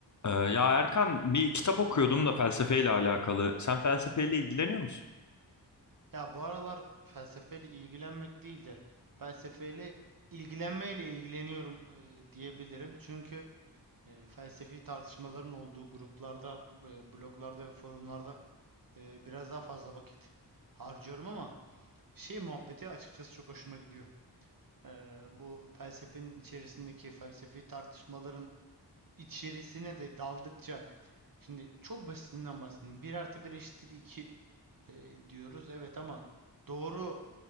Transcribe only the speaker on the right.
Ya bu aralar felsefeyle ilgilenmek değil de felsefeyle ilgilenmeyle ilgileniyorum e, diyebilirim. Çünkü e, felsefi tartışmaların olduğu gruplarda, e, bloglarda ve forumlarda e, biraz daha fazla vakit harcıyorum ama şey muhabbeti açıkçası çok hoşuma gidiyor. E, bu felsefenin içerisindeki felsefi tartışmaların içerisine de daldıkça şimdi çok basitinden bahsedeyim. bir artı bir eşittir 2 diyoruz. Evet ama doğru